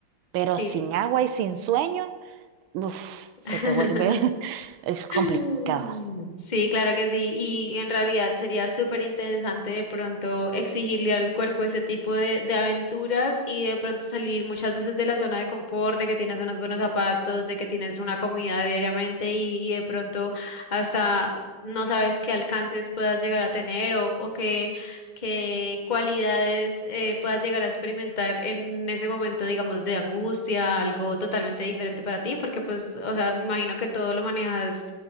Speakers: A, on the right; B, on the left.
A: Pero
B: Sí.
A: sin agua y sin sueño, uf, se
B: <laughs>
A: te vuelve, <laughs> es complicado.
B: <laughs> Sí, claro que sí. Y en realidad sería súper interesante de pronto exigirle al cuerpo ese tipo de, de aventuras y de pronto salir muchas veces de la zona de confort, de que tienes unos buenos zapatos, de que tienes una comida diariamente y, y de pronto hasta no sabes qué alcances puedas llegar a tener o, o qué, qué cualidades eh, puedas llegar a experimentar en ese momento, digamos, de angustia, algo totalmente diferente para ti, porque pues, o sea, me imagino que todo lo manejas